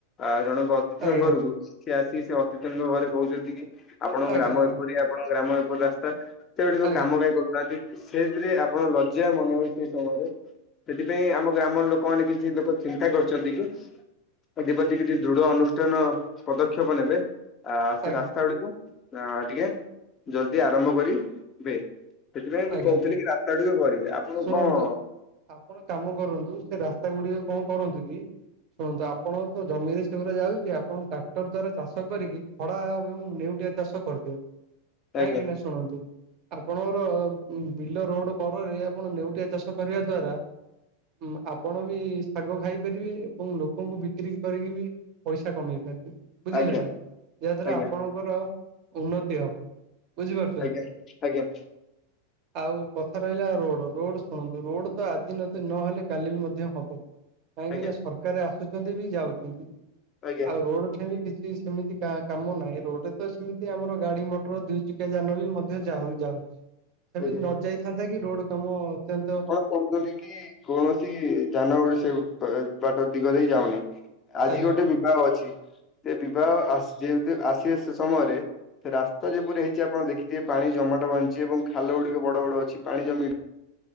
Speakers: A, on the left; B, on the right.
A: ଆ ଜଣଙ୍କ ଅତିଥିୟଙ୍କ
B: ଆଜ୍ଞା
A: ଘରକୁ ସିଏ ଆସିିକି ସେ ଅତିଥିୟଙ୍କ ଘରେ କହୁଛନ୍ତି କି ଆପଣଙ୍କ
B: ଆଜ୍ଞା
A: ଗ୍ରାମ
B: ଆଜ୍ଞା
A: ଏପରି ଆପଣଙ୍କ ଗ୍ରାମ ଏପରି ରାସ୍ତା ସେ ଗୁଡିକ
B: ଆଜ୍ଞା
A: କାମ କାଇଁ କରୁ ନାହାଁନ୍ତି ସେଥିରେ ଆପଣ ଲଜ୍ଜା ମନେ ହଉଚି ସେ ସମୟରେ ସେଥିପାଇଁ ଆମ ଗ୍ରାମର ଲୋକମାନେ କିଛି ଲୋକ ଚିନ୍ତା କରିଛନ୍ତି କି ଏଥିପତି କିଛି ଦୃଢ ଅନୁଷ୍ଠାନ ପଦକ୍ଷେପ ନେବେ। ଆ ସେ
B: ଆଜ୍ଞା
A: ରାସ୍ତା ଗୁଡକୁ ଅ ଟିକେ ଜଲ୍ଦି ଆରମ୍ଭ କରିି ବେ। ସେଥିପାଇଁ ମୁ
B: ଆଜ୍ଞା
A: କହୁଥିଲି କି ରାସ୍ତା ଗୁଡିକ କରିବେ ଆପଣ
B: ଶୁଣନ୍ତୁ
A: କଣ
B: ଆପଣ କାମ କରନ୍ତୁ ସେ ରାସ୍ତା ଗୁଡିକ କଣ କରନ୍ତୁ କି ଶୁଣନ୍ତୁ ଆପଣଙ୍କ ଜମିରେ ସେଗୁରା ଯାଉଛି ଆପଣ ଟ୍ରାକ୍ଟର ଦ୍ଵାରା ଚାଷ କରିକି ଖଡ଼ା ଏବଂ ନେଉଟିଆ ଚାଷ କରିଦିଅ କାହିଁକି
A: ଆଜ୍ଞା
B: ନା ଶୁଣନ୍ତୁ ଆପଣଙ୍କର ବିଲ ରୋଡ କରରେ ଆପଣ ନେଉଟିଆ ଚାଷ କରିବା ଦ୍ଵାରା ମ ଆପଣ ବି ଶାଗ ଖାଇପାରିବେ ଏବଂ ଲୋକଙ୍କୁ ବିକ୍ରି କରିକି ବି ପଇସା କମେଇ ପାରିବେ। ବୁଝିଲେ
A: ଆଜ୍ଞା
B: ନା ଯାହାଦ୍ୱାରା
A: ଆଜ୍ଞା
B: ଆପଣଙ୍କର ଉନ୍ନତି ହବ। ବୁଝିପାରୁଛନ୍ତି
A: ଆଜ୍ଞା
B: ତ
A: ଆଜ୍ଞା।
B: ଆଉ କଥା ରହିଲା ରୋଡ ରୋଡ ଶୁଣନ୍ତୁ ରୋଡ ତ ଆଜି ନହେଲେ କାଲି ବି ମଧ୍ୟ ହବ। କାହିଁକି
A: ଆଜ୍ଞା
B: ନା ସରକାର ଆସୁଛନ୍ତି ବି ଯାଉଛନ୍ତି
A: ଆଜ୍ଞା ଆଜ୍ଞା
B: ଆଉ ରୋଡ ଠେଇଁ ବି କି ସେମିତି କାମ ନାହିଁ ରୋଡରେ ତ ସେମିତି ଆମର ଗାଡି ମଟର ଦୁଇ ଚକିଆ ଯାନ ବି ମଧ୍ୟ ଯାଉ ଯାଉଛି। ସେମିତି
A: ଆଜ୍ଞା।
B: ନ ଯାଇଥାନ୍ତା କି ରୋଡ କାମ ଅତ୍ୟନ୍ତ
A: ଆପଣ କହୁଛନ୍ତି କି କୌଣସି ଯାନ <unintelligible> ସେ ବାଟ ଦିଗ ଦେଇ ଯାଉନି। ଆଜି
B: ଆଜ୍ଞା
A: ଗୋଟେ ବିବାହ ଅଛି ଯେ ବିବାହ ଆସ ଯେହତୁ ଆସିବେ ସେ ସମୟରେ ରାସ୍ତା ଯେପରି ହେଇଛି ଆପଣ ଦେଖିଥିବେ ପାଣି ଜମାଟ ବାନ୍ଧିଛି ଏବଂ ଖାଲ ଗୁଡ଼ିକ ବଡ଼ ବଡ଼ ଅଛି ପାଣି ଜମି